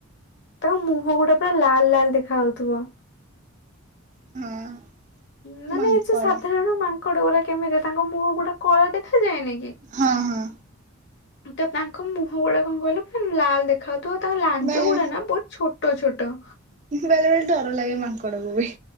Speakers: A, on the left (about 55°); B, on the right (about 35°).
A: ତାଙ୍କ ମୁହଁ ଗୁଡା ପୁରା ଲାଲ୍ ଲାଲ୍ ଦେଖା ହଉଥିବ।
B: ହଁ।
A: ନା
B: ମାଙ୍କଡ଼
A: ନାଇ ଏ ଯୋଉ ସାଧାରଣ ମାଙ୍କଡ ଗୁଡା କେମିତି ତାଙ୍କ ମୁହଁ ଗୁଡା କଳା ଦେଖାଯାଏନି କି?
B: ହଁ ହଁ।
A: ତ ତାଙ୍କ ମୁହଁ ଗୁଡା କଣ କହିଲ ପୁନ୍ ଲାଲ ଦେଖ୍ ଖାଉଥୁବ ତାଙ୍କ ଲାଞ୍ଜ
B: ବେଳେ
A: ଗୁଡା ନା ବହୁତ ଛୋଟ ଛୋଟ।
B: ବେଳେ ବେଳେ ଡର ଲାଗେ ମାଙ୍କଡକୁ ବି।